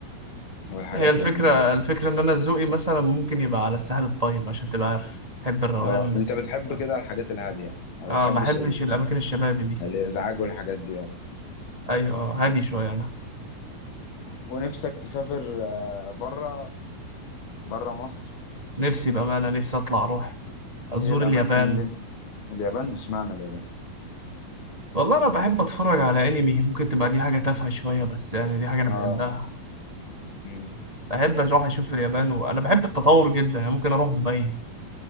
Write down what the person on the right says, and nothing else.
هي الفكره
الفكره ان انا ذوقي مثلا ممكن يبقى على الساحل الطيب عشان تبقى عارف بحب الروقان
والناس
الكتير.
اه
ما احبش
الاماكن الشبابي دي
ايوه آه، هادي شويه انا
نفسي بامانه نفسي اطلع اروح ازور
اليابان
والله انا بحب اتفرج على انمي ممكن تبقى دي حاجه تافهه شويه بس يعني دي حاجه انا
بحبها
بحب اروح اشوف اليابان وانا بحب التطور جدا يعني ممكن اروح دبي